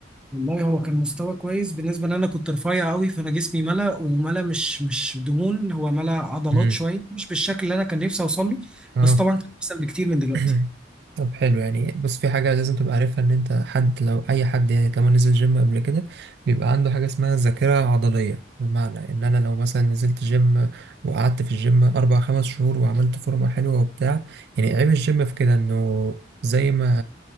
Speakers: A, in the centre; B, on the right (about 60°).
A: والله هو كان مستوى كويس بالنسبة ان انا كنت رفيع قوي فانا جسمي ملا وملا مش مش دهون هو ملا عضلات
B: مم.
A: شوية مش بالشكل اللي انا كان نفسي اوصل له
B: اه
A: بس طبعا كان احسن بكتير من دلوقتي
B: <clears throat> طب حلو يعني بص في حاجة لازم تبقى عارفها إن أنت حد لو أي حد يعني طالما نزل جيم قبل كده بيبقى عنده حاجة اسمها ذاكرة عضلية بمعنى إن أنا لو مثلا نزلت جيم وقعدت في الجيم أربع خمس شهور وعملت فورمة حلوة وبتاع يعني عيب الجيم في كده إنه زي ما